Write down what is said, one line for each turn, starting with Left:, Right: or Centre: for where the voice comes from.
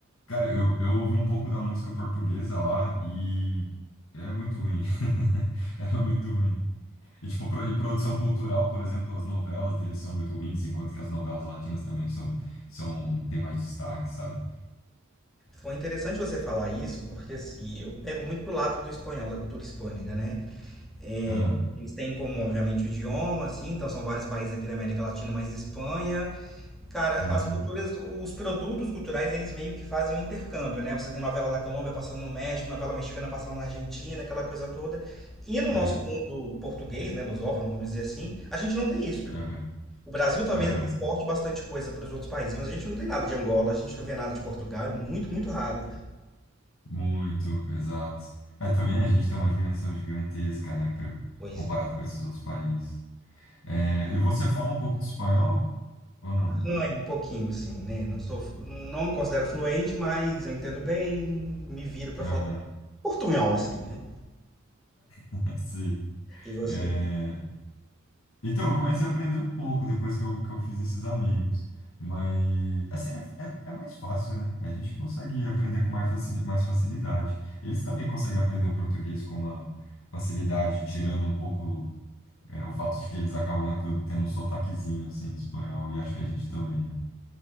Left: Cara, eu, eu ouvi um pouco da música portuguesa lá e é muito ruim. <laughs> Era muito ruim. E, tipo, pro- em produção cultural, por exemplo, as novelas deles são muito ruins, enquanto que as novelas latinas também são, são, têm mais destaque, sabe?
Centre: Foi interessante você falar isso, porque assim, eu pego muito pro lado do espanhol, da cultura hispânica, né? É,
Left: Ah,
Centre: eles têm como, obviamente, o idioma, assim, então são vários países aqui da América Latina, mas Espanha. Cara,
Left: uhum,
Centre: as culturas, os produtos culturais, eles meio que fazem um intercâmbio, né? Você tem novela da Colômbia passando no México, novela mexicana passando na Argentina, aquela coisa toda. E no
Left: é,
Centre: nosso mundo português, né, lusófono, vamos dizer assim, a gente não tem isso.
Left: aham,
Centre: O Brasil talvez
Left: aham.
Centre: ainda exporte bastante coisa para os outros países, mas a gente não tem nada de Angola, a gente não vê nada de Portugal, é muito, muito raro.
Left: Muito, exato. É, também a gente tem uma dimensão gigantesca, né, pra-
Centre: Pois
Left: comparado
Centre: é.
Left: com esses outros países. É, e você fala um pouco de espanhol ou não?
Centre: Ganho um pouquinho, assim, né? Não sou, não me considero fluente, mas eu entendo bem, me viro pra
Left: Aham,
Centre: falar portunhol, assim, né?
Left: <laughs> sim.
Centre: E você?
Left: É, Então, eu comecei a aprender um pouco depois que eu, que eu fiz esses amigos. Mas, assim, é, é, é mais fácil, né? A gente consegue aprender com mais facili- mais facilidade. Eles também conseguem aprender o português com uma facilidade, tirando um pouco, é, o fato de que eles acabam repro- tendo um sotaquezinho, assim, espanhol. E acho que a gente também, né?